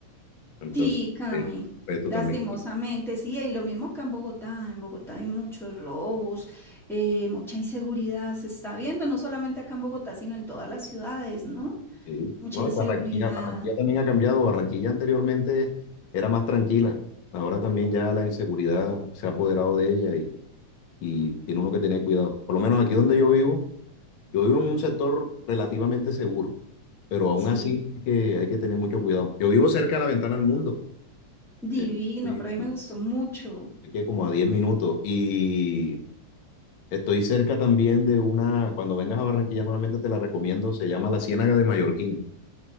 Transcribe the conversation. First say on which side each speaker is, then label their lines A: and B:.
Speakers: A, on the left; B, in the centre.
A: Entonces,
B: Sí, Cami,
A: eh, esto
B: lastimosamente,
A: también. Sí.
B: sí, y lo mismo acá en Bogotá, en Bogotá hay muchos robos, eh, mucha inseguridad se está viendo, no solamente acá en Bogotá, sino en todas las ciudades, ¿no?
A: sí.
B: Mucha
A: No,
B: inseguridad,
A: y Barranquilla, Barranquilla también ha cambiado. Barranquilla anteriormente era más tranquila. Ahora también ya la inseguridad se ha apoderado de ella y, y tiene uno que tener cuidado. Por lo menos aquí donde yo vivo, yo vivo en un sector relativamente seguro, pero aún
B: sí,
A: así hay que, hay que tener mucho cuidado. Yo vivo cerca de la ventana del mundo.
B: divino,
A: Eh, oye,
B: pero a mí me gustó mucho.
A: que como a 10 minutos. Y estoy cerca también de una, cuando vengas a Barranquilla nuevamente te la recomiendo, se llama la Ciénaga de Mallorquín.